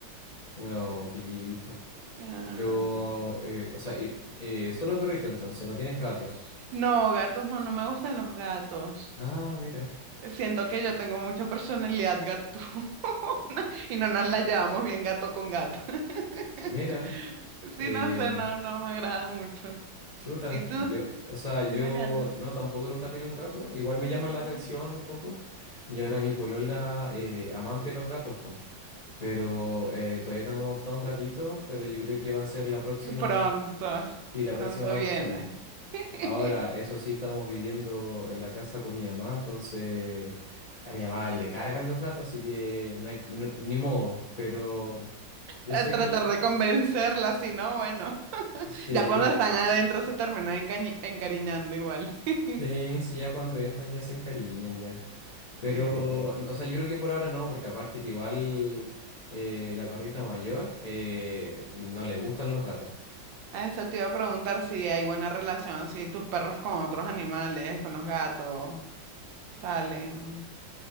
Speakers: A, on the left; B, on the right.
A: No, pillito.
B: Ajá.
A: Yo, eh, o sea, y- eh, solo perrito entonces, no tienes gatos.
B: No, gatos, no, no me gustan los gatos.
A: Ah, mira,
B: Siento que yo tengo mucha personalidad gato <laughs> y no nos la llevamos bien gato con gato. <laughs>
A: mira. eh,
B: Sí, no sé, no, no me agradan mucho.
A: Chuta,
B: ¿Y tú?
A: yo, o sea, yo
B: ¿Tienes gato?
A: no tampoco nunca he tenido un gato, igual me
B: Ah,
A: llaman la atención un poco, y ahora mi polola eh, amante de los gatos, pues. Pero eh, todavía no hemos adoptado un gatito, pero yo creo que va a ser la próxima,
B: Pronto,
A: sí, la
B: pronto
A: próxima adopción.
B: viene.
A: Ahora,
B: <laughs>
A: eso sí, estamos viviendo en la casa con mi mamá, entonces a mi mamá le cargan los gatos, así que no hay no- ni modo. Pero yo
B: a
A: sé
B: tratar
A: que el-
B: de convencerla, si no, bueno,
A: sí,
B: ya cuando
A: yo creo-
B: están adentro se terminan encañi- encariñando igual. <laughs>
A: sí, sí, ya cuando entran ya se encariñan ya. Pero,
B: Sí.
A: o sea, yo creo que por ahora no, porque aparte que igual eh, la perrita mayor eh, no le gustan los gatos.
B: A eso te iba a preguntar si hay buena relación así, tus perros con otros animales, con los gatos, salen.